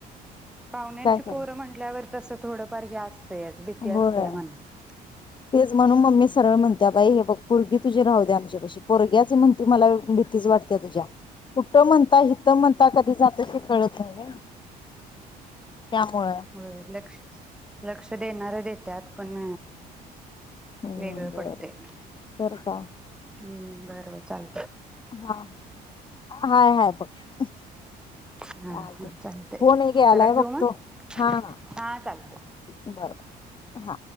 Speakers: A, in the centre; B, on the left.
A: पाहुण्यांची
B: काय करायचं
A: पोरं म्हटल्यावरती तसं थोडंफार हे असत भीती
B: होय
A: असते या मनात
B: तेच म्हणून मम्मी सरळ म्हणत्या बाई हे ब पुरगी तुझी राहू द्या आमच्या पशी पोरग्याच म्हणती मला भीतीच वाटते्या तुझ्या कुठं म्हणता हित म्हणता कधी जात ते कळत नाही ना त्यामुळ
A: लक्ष लक्ष देणार देतत पण
B: हम्म
A: वेगळं
B: बरं
A: पडते
B: तर का
A: मग हम् बर बर चाल
B: हा हाय हाय बघ चालत
A: हा हा चालतंय
B: फोन हे ऐक आलाय
A: चला ठेवू
B: बघतो
A: मग
B: हा हा.
A: हा चालत
B: बरोबर हा